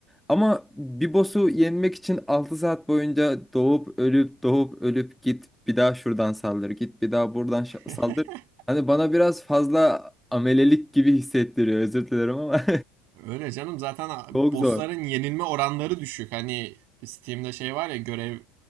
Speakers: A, in the centre; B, on the right.
A: Ama bir boss'u yenmek için 6 saat boyunca doğup ölüp doğup ölüp git bir daha şuradan saldır git bir daha buradan şa-
B: <laughs>
A: saldır. Hani bana biraz fazla amelelik gibi hissettiriyor. Özür dilerim ama
B: Öyle canım zaten
A: <laughs> çok
B: bossların
A: zor.
B: yenilme oranları düşük. Hani Steam'de şey var ya görev